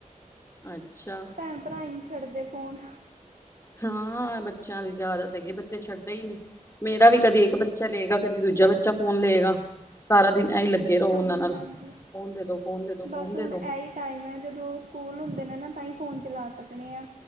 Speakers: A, on the left; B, on the right.
A: ਅੱਛਾ,
B: ਭੈਣ- ਭਰਾ ਹੀ ਨਹੀਂ ਛੱਡਦੇ ਫੋਨ,
A: ਹਾਂ ਬੱਚਿਆਂ ਦੀ ਤਾਂ ਆਦਤ ਹੈਗੀ ਏ, ਬੱਚੇ ਛੱਡਦੇ ਹੀ ਨੀ, ਮੇਰਾ ਵੀ ਕਦੀ ਇੱਕ ਬੱਚਾ ਲਏਗਾ, ਕਦੀ ਦੂਜਾ ਬੱਚਾ ਫੋਨ ਲਏਗਾ, ਸਾਰਾ ਦਿਨ ਇਹੀ ਲੱਗਾ ਲਗੇ ਰਹੋ
B: ਹਾਂਜੀ
A: ਉਹਨਾਂ ਨਾਲ,
B: ਹਾਂਜੀ
A: ਫੋਨ ਦੇ ਦੋ, ਫੋਨ ਦੇ ਦੋ,
B: ਬਸ
A: ਫੋਨ ਦੇ
B: ਹੁਣ
A: ਦੋ,
B: ਇਹੀ ਟਾਈਮ ਹੈ ਜਦੋਂ ਸਕੂਲ ਹੁੰਦੇ ਨੇ ਨਾ, ਤਾਂ ਹੀ ਫੋਨ ਚਲਾ ਸਕਦੇ ਹਾਂ